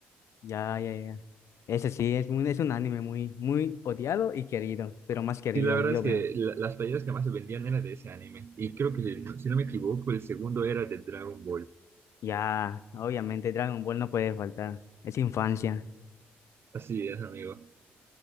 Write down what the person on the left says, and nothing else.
Ya, ya, ya. Ese sí, es un, es un anime muy, muy odiado y querido, pero más querido,
yo
veo.
Ya, obviamente Dragon Ball no puede faltar, es infancia.